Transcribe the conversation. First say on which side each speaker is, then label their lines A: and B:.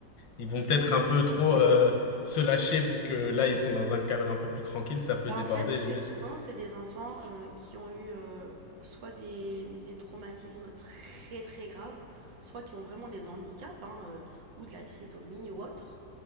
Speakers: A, on the left; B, on the right.
A: Ils vont peut-être un peu trop euh, se lâcher, vu que là, ils sont dans un cadre un peu plus tranquille, ça peut
B: bah,
A: déborder,
B: en fait, très
A: j'imagine.
B: souvent, c'est des enfants, heu, qui ont eu, heu, soit des des traumatismes très, très graves, soit qui ont vraiment des handicaps, hein, heu, ou de la trisomie ou autre